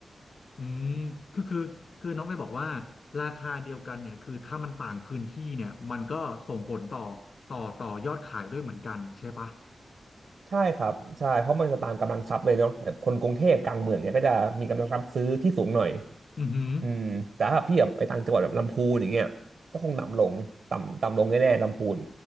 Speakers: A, on the left; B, on the right.
A: อืมคือคือคือน้องได้บอกว่าราคาเดียวกันเนี่ย คือถ้ามันต่างพื้นที่เนี่ย มันก็ส่งผลต่อต่อต่อยอดขายด้วยเหมือนกันใช่ปะ
B: ใช่ครับใช่เพราะมันจะตามกำลังทรัพย์เลยเนาะแบบคนกรุงเทพกลางเมืองเนี่ยก็จะมีกำลังทรัพย์ซื้อที่สูงหน่อย
A: อือหือ
B: อืมแต่ถ้าพี่แบบไปต่างจังหวัดแบบลำพูนอย่างเงี้ยก็คงต่ำลงต่ำต่ำลงแน่ๆลำพูน